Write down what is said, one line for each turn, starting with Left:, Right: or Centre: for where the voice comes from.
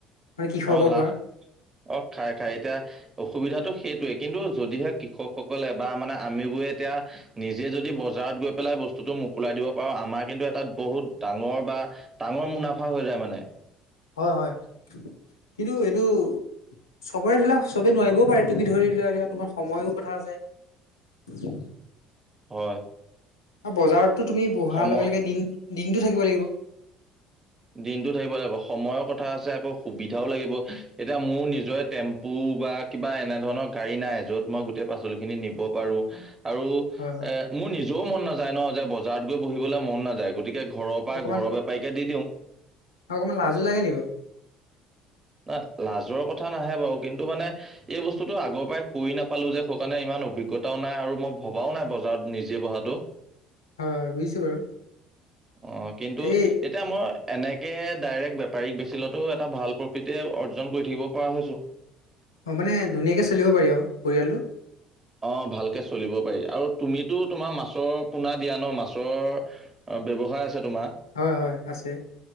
Left: মানে কৃষকৰ
Right: অ, লাভ
Left: পৰা
Right: অ, খাই, খাই এতিয়া অসুবিধাটো সেইটোৱে কিন্তু যদিহে কৃষকসকলে বা মানে আমিবোৰে এতিয়া নিজে যদি বজাৰত গৈ পেলাই বস্তুটো মোকলাই দিব পাৰো আমাৰ কিন্তু এটা বহুত ডাঙৰ বা ডাঙৰ মুনাফা হৈ যায় মানে।
Left: হয়, হয় কিন্তু এইটো চবৰে ধৰি ল চবে নোৱাৰিবও পাৰে তুমি ধৰি লোৱা তোমাৰ সময়ো কথা আছে।
Right: হয়।
Left: আৰু বজাৰতো তুমি বহাৰ
Right: সময়
Left: লগে, লগে দিন-দিনতটো থাকিব লাগিব।
Right: দিনটো থাকিব লাগিব সময়ৰ কথা আছে। আকৌ সুবিধাও লাগিব এতিয়া মোৰ নিজৰে টেম্পু বা কিবা এনে ধৰণৰ গাড়ী নাই যত মই গোটেই পাচলি খিনি নিব পাৰো আৰু
Left: হয় হয়
Right: মোৰ নিজেও মন নাযায় ন, যে বজাৰত গৈ বহিবলৈ মন নাযায় গতিকে ঘৰৰ পৰা
Left: অকমান
Right: ঘৰৰ বেপাৰিকে দি দিওঁ।
Left: অকমান লাজু লাগে নিব।
Right: তাত লাজৰ কথা নাহে বাৰু কিন্তু মানে এই বস্তুটো আগৰ পৰাই কৈ নাপালো যে সেইকাৰণে ইমান অভিজ্ঞতাও নাই আৰু মই ভবাও নাই বজাৰত নিজে বঢ়াত টো,
Left: হয় হয় বুজিছো বাৰু
Right: অ, কিন্তু
Left: এই
Right: এতিয়া মই এনেকে ডাইৰেক্ট বেপাৰীক বেছিলেটো এটা ভাল তি অৰ্জন কৰি থাকিব পৰা হৈছো।
Left: অ, মানে ধুনীয়াকৈ চলিব পাৰি আৰু পৰিয়ালটো।
Right: অ, ভালকে চলিব পাৰি আৰু তুমিতো তোমাৰ মাছৰ পোনা দিয়া ন? মাছৰ অ, ব্যৱসায় আছে তোমাৰ?
Left: হয়, হয় আছে।